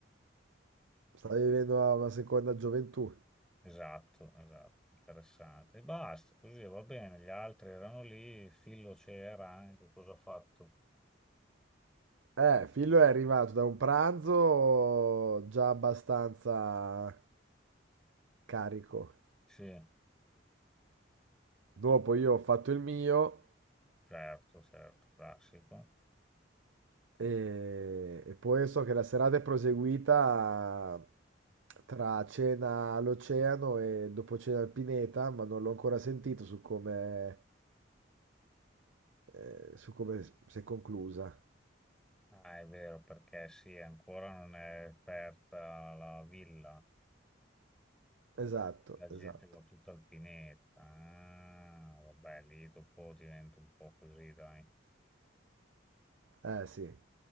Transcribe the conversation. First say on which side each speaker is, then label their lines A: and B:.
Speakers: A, on the right (about 75°); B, in the centre.
A: Sta vivendo una una seconda gioventù.
B: Esatto, esatto, interessante. E basta, così va bene. Gli altri erano lì, il Fillo c'era anche, cosa ha fatto?
A: Eh, Fillo è arrivato da un pranzo già abbastanza carico.
B: Sì,
A: Dopo io ho fatto il mio
B: certo, certo, classico.
A: E, e poi so che la serata è proseguita tra cena all'oceano e dopo cena al Pineta, ma non l'ho ancora sentito su come, eh, su come si è conclusa.
B: Ah, è vero, perché sì, ancora non è aperta la villa.
A: Esatto,
B: La gente
A: esatto.
B: va tutta alpinetta. Ah, vabbè, lì dopo diventa un po' così, dai.
A: Eh sì.